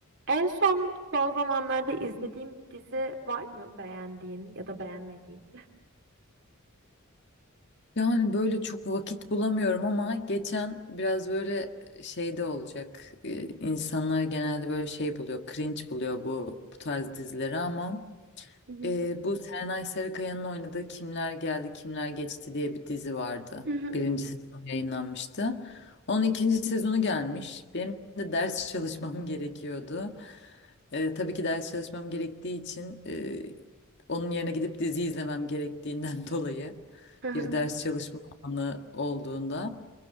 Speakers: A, on the right (about 60°); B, on the left (about 55°).
A: En son son zamanlarda izlediğin bir dizi var mı beğendiğin ya da beğenmediğin?
B: Yani böyle çok vakit bulamıyorum ama geçen biraz böyle şeyde olacak. Ee, İnsanlar genelde böyle şey buluyor, cringe buluyor bu, bu tarz dizileri ama
A: Hı hı.
B: ee, bu Serenay Sarıkaya'nın oynadığı Kimler Geldi Kimler Geçti diye bir dizi vardı.
A: Hı hı.
B: Birinci sezon yayınlanmıştı. Onun ikinci sezonu gelmiş. Benim de ders <laughs> çalışmam gerekiyordu. Ee, tabii ki ders çalışmam gerektiği için e, onun yerine gidip dizi izlemem gerektiğinden <laughs> dolayı
A: Hı hı.
B: bir ders çalışma anı olduğunda